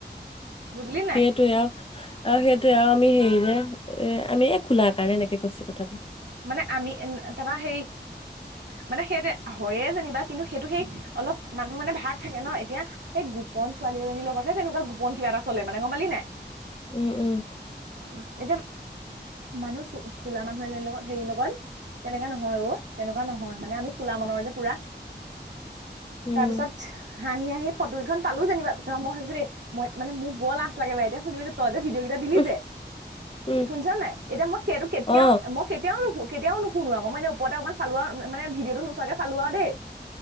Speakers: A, on the right; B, on the left.
A: বুজিলি নাই
B: সেইটোে। আৰু সেইটোয়ে আৰু আমি হেৰি যে এ আমি এই খোলাৰ কাৰণে এনেকে কছ কথাাবোৰ
A: মানে আমি তাৰপা হেৰি মানে সেইটোৱে হয়য়ে যেনিবা কিন্তু সেইটো সেই অলপ মানুহ মানে ভাগ থাকে ন এতিয়া সেই গোপন ছোৱালী এজনীৰ লগতহে তেনেকুৱা গোপন কিবা এটা চলে মানে গম পালি নাই।
B: উম উম
A: উ এতিয়া। মানুহ চ খোলা মানুহে যে লগত। হেৰিৰ লগত তেনেকা নহয় অ' তেনেকুৱা নহয় মানে আমি খোলা মনৰ যে পুৰা।
B: উম
A: তাৰপিছত হাঁহি হাঁহি ফটোগেইখন পালো যেনিবা ত মই ভাবিছোঁ দেই মই মানে মোক বৰ লাজ লাগে বাইদেও শুনিবি তই যে ভিডিঅ' কেইটা দিলি
B: উম
A: যে
B: উম
A: শুনিছ নাই এতিয়া মই সেইটো কেতিয়াও
B: অ
A: মই হু কেতিয়াও নুশুনো আক মানে ওপৰতে অকমান চালোৱা মানে ভিডিঅ'টো নোচোৱাকে চালো আও দেই